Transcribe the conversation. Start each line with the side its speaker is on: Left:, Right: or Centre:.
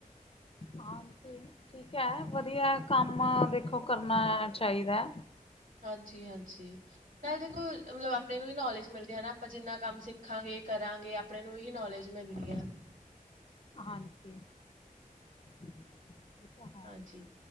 Left: ਹਾਂ ਜੀ ਠੀਕ ਐ ਵਧੀਆ ਕੰਮ ਦੇਖੋ ਕਰਨਾ ਚਾਈਦੈ।
Right: ਹਾਂਜੀ-ਹਾਂਜੀ ਨਾਲੇ ਦੇਖੋ ਮਤਲਬ ਆਪਣੇ ਨੂੰ ਵੀ ਨੌਲੇਜ ਮਿਲਦੀ ਹਨਾ ਆਪਾਂ ਜਿੰਨਾ ਕੰਮ ਸਿੱਖਾਂਗੇ, ਕਰਾਂਗੇ ਆਪਣੇ ਨੂੰ ਹੀ ਨੌਲੇਜ ਮਿਲਨੀ ਆ।
Left: ਹਾਂਜੀ, ਠੀਕ ਆ।
Right: ਹਾਂਜੀ